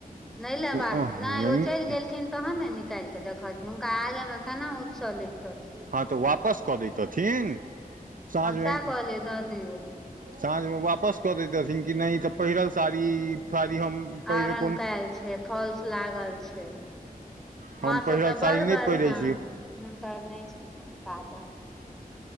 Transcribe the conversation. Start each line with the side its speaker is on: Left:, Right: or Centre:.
Centre: नहि ले
Right: हँ
Centre: बाक नहि ओ चलि गेलखिन तहन ने नीक निकाल कऽ देखलखिन हुनका आगा मे केना उत्सव लै तथिन
Right: हँ तऽ वापस कऽ दथिन साँझमे
Centre: हम सएह कहलियै दऽ दियौ
Right: साँझमे वापस कऽ देथिन कि नहि ई तऽ पहिरल साड़ी हम पहिर
Centre: आइरन
Right: कोन
Centre: कैल छै फॉल्स लागल छै
Right: हम
Centre: मां सबके
Right: पहिरल साड़ी
Centre: बड़
Right: नहि
Centre: बढ़िया
Right: पहिरै छी
Centre: हुनकर नहि छनि कोनो काजक